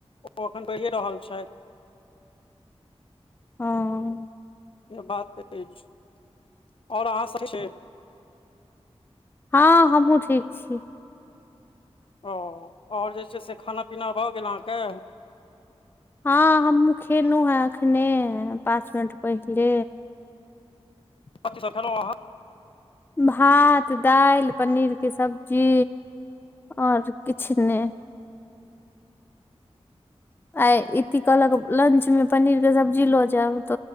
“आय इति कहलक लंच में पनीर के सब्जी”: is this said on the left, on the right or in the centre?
Left